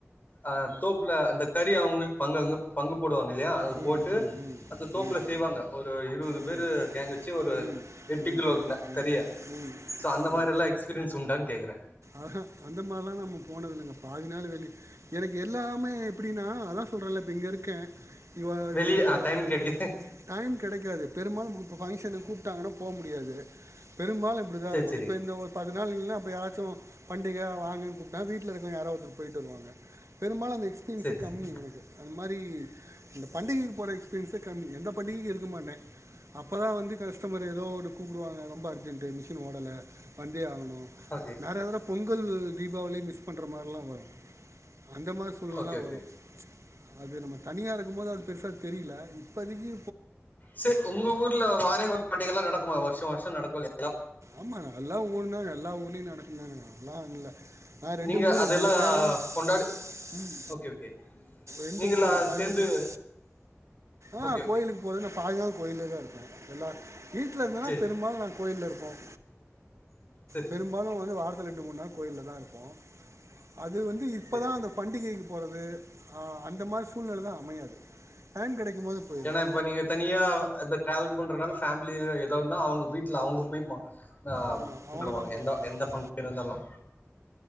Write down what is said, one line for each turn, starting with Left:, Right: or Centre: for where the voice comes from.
Left: அ தோப்புல அந்த கறி அவங்களுக் பங்கங்க பங்கு போடுவாங்க இல்லையா அது
Right: ம் ம்
Left: போட்டு
Right: ம்
Left: அந்த தோப்புல
Right: ம்
Left: செய்வாங்க ஒரு இருவது
Right: ம்
Left: பேரு
Right: ம்
Left: கேங் வச்சு ஒரு
Right: ம்
Left: எட்டு
Right: ம்
Left: கிலோ
Right: ம், ம்
Left: கறிய
Right: ம்
Left: சோ அந்த
Right: ஆமாம்
Left: மாரி எல்லா எக்ஸ்பீரின்ஸ் உண்டான்னு கேக்கறே
Right: ஆஹா அந்த மாதிரிலாம் நம்ம போனது இல்லைங்க பாதி நாள் வெளி எனக்கு எல்லாமே எப்படின்னா அதா சொல்றேல்ல இப்ப இங்க இருக்கே இவ இந்த
Left: வெளிய
Right: மிந்தபா
Left: ஆ டைம் கேட்டீங்க
Right: டைம் கிடைக்காது பெரும்பாலும் ஃபங்ஷனு கூப்ட்டாங்கன்னா போக முடியாது பெரும்பாலு இப்படிதா
Left: சேரி
Right: இருக்கு
Left: சேரி
Right: இப்ப இந்த ஒரு பத்துநாளில்ல அப்பயாறாச்சு பண்டிகை வாங்கன்னு கூப்பிட்டா வீட்டுல இருக்க யாரா ஒருத்தர் போய்ட்டு வருவாங்க பெரும்பாலந் த எக்ஸ்பீன்ஸே
Left: சேரி
Right: கம்மி
Left: சேரி
Right: எனக்கு அது மாரி இந்த பண்டிகைக்கு போறேனு பேசிட்ருத்தீங்க எந்த பண்டிகைக்கு இருக்க மாட்டேன் அப்பதான் வந்து கஸ்டமர் ஏதோ ஒன்னு கூப்டுவாங்க ரொம்ப அர்ஜென்ட்டு மிஷினு ஓடல வந்தே ஆகணும்
Left: ஓகே
Right: வேற எதனா பொங் ங்கல் தீபாவளி மிஸ் பண்ற மார்லாம் வரும் அந்த மார் சூழ்நெலலா
Left: ஓகே ஓகே
Right: வரும் அது நம்ம தனியா இருக்கும்போது அது பெருசா தெரியில இப்பதைக்கி
Left: செரி இப்ப உங்க ஊர்ல வாரேவா பண்டிகைலாம் நடக்குமா வருஷா வருஷம் நடக்குல்லயா
Right: ஆமாணா எல்லா ஊர்னா எல்லா ஊர்லயும் நடக்குந்தானே நான் இல்ல நான் ரெண்டு
Left: நீங்க
Right: ஊரு
Left: அதெல்லாம்
Right: ஒன்னு சேலம்
Left: கொண்டாடு
Right: ம்
Left: ஓகே ஓகே
Right: ரெண்டு
Left: நீங்களா
Right: ஊரு ஒண்ணு
Left: அது
Right: கோயம்புத்தூர்
Left: சேர்ந்து
Right: ஆஹ
Left: ஓகே ஓகே
Right: கோயிலுக்கு போறே நான் பாதி நேர கோயிலே தான் இருப்பேன் எல்லா வீட்ல இருந்தனா
Left: சரி
Right: பெரும்பாலும் நாங்க கோயில்ல இருப்போம்
Left: சரி
Right: பெரும்பாலும் வந்து வாரத் துல ரெண்டு மூணு நாள் கோயில்ல தான் இருப்போம் அது வந்து இப்போ
Left: செரி
Right: தான்
Left: செரி
Right: அந்த பண்டிகைக்கு போகிறது அந்த மாதிரி சூழ்நிலை தான் அமையாது டைம் கிடைக்கும் போது போயிடும்
Left: ஏன்னா இப்ப நீங்க தனியா ட்ராவல் பண்றனால ஃபேமிலயெ எதாந்தா அவங்க வீட்ல அவுங்க போய்ப்பாங்க அ
Right: ஆமாம் அவங்க
Left: பண்ணுவாங்க
Right: தான் போவாங்க
Left: எந்த எந்த
Right: ஆமாம்
Left: பங்க்ஷனாந் தாலும்